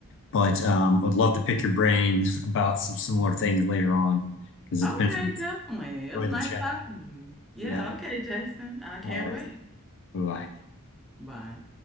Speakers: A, on the left; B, in the centre.
A: But um, I'd love to pick your brain about some similar things later on because it's
B: Okay,
A: been
B: definitely. It
A: enjoy
B: was nice
A: the chat.
B: talking to you. Yeah,
A: Yeah.
B: okay, Jason. I can't
A: All right.
B: wait.
A: Bye-bye.
B: Bye.